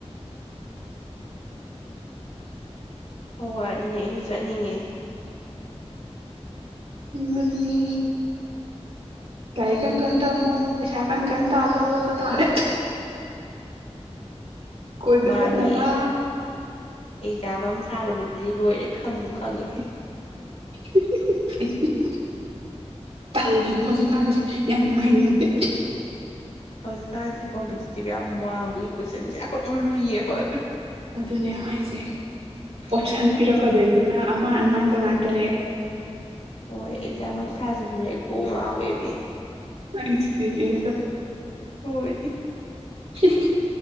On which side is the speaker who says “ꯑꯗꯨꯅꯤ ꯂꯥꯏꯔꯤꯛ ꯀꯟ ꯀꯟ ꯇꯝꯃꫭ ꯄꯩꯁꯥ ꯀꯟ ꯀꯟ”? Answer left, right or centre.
Right